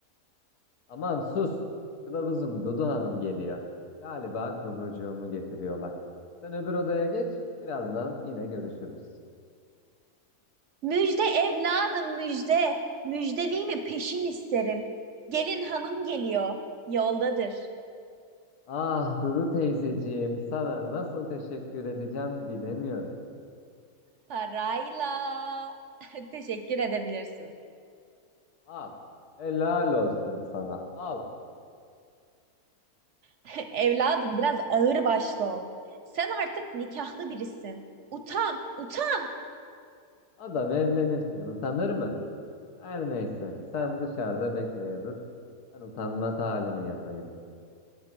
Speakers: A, on the left; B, on the right.
A: Aman sus. Kılavuzum Dudu Hanım geliyor. Galiba kumrucuğumu getiriyorlar. Sen öbür odaya geç. Birazdan yine görüşürüz.
B: Müjde evladım müjde. Müjdeli mi peşin isterim. Gelin hanım geliyor. Yoldadır.
A: Ah Dudu teyzeciğim sana nasıl teşekkür edeceğim bilemiyorum.
B: Parayla. <laughs> Teşekkür edebilirsin.
A: Al. Helal olsun sana. Al.
B: <laughs> Evladım biraz ağır başlı ol. Sen artık nikahlı birisin. Utan, utan.
A: Adam evlenirken utanır mı? Her neyse sen dışarıda bekleye dur. Ben utanma halini yapayım.